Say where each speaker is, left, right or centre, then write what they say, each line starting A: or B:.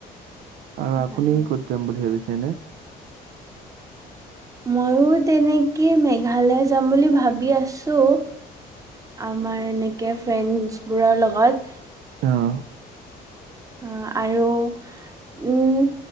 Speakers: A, on the right; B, on the right.
A: আৰু আপুনি
B: হয়।
A: ক'ত যাম বুলি ভাবিছেনে?
B: মইয়ো তেনেকে, মেঘালয় যাম বুলি ভাবি আছোঁ! আমাৰ এনেকে ফ্ৰেণ্ডছ বোৰৰ লগত
A: অ'!
B: অ'! আৰু উম!